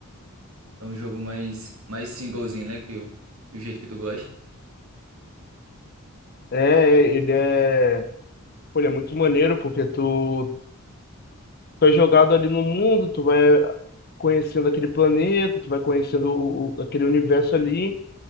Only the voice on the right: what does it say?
É um jogo mais, mais singlezinho, né? Que, o- do jeito que tu gosta.